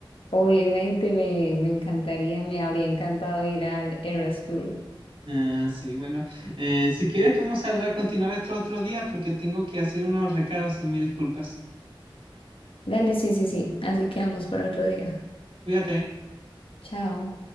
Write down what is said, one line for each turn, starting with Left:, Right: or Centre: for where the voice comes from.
Left: Obviamente me, me encantaría, me habría encantado ir al Eras Tour.
Right: Ah, sí, bueno, eh, si quieres podemos hablar, continuar esto otro día porque tengo que hacer unos recados y me disculpas.
Left: Dale, sí, sí, sí. Así que vamos para otro día.
Right: Cuídate.
Left: Chao.